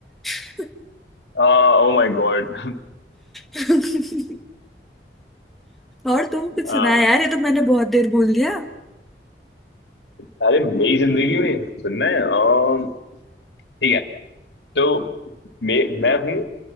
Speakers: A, in the centre; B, on the left (about 75°).
A: danger
B: हाँ ओ माय गॉड <laughs>
A: <laughs> और तुम कुछ
B: हाँ
A: सुनाया यार ये तो मैंने बहुत देर भूल दिया
B: अरे मेरी जिंदगी में सुनना है अम, ठीक है तो मैं मैं हूँ